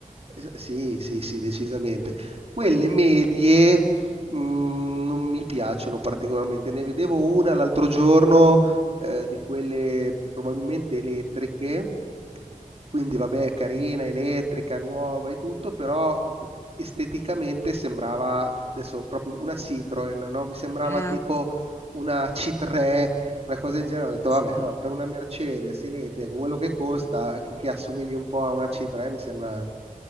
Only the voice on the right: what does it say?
eh, Sì, sì, sì, decisamente. Quelle medie, mm, non mi piacciono particolarmente. Ne vedevo una l'altro giorno
eh, di quelle probabilmente elettriche, quindi vabbè, carina, elettrica, nuova e tutto, però esteticamente sembrava adesso proprio una Citroen, no? Mi sembrava
tipo una C3, una cosa del genere. Ho detto,
vabbè, allora,
per una Mercedes elettrica, con quello che costa, che, che assomigli un po' a una C3, mi sembra